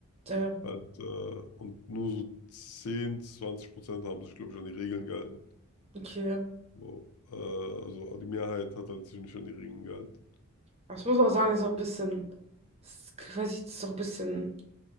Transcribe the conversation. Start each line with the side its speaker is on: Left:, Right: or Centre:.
Right: Der,
Left: Halt, äh, und nur so 10 20 Prozent haben sich, glaube ich, an die Regeln gehalten.
Right: okay.
Left: So, äh, also die Mehrheit hat halt sich nicht an die Regeln gehalten.
Right: Aber ich muss auch sagen,
Left: Ja.
Right: ist auch ein bisschen, ist, weiß ich, das ist auch ein bisschen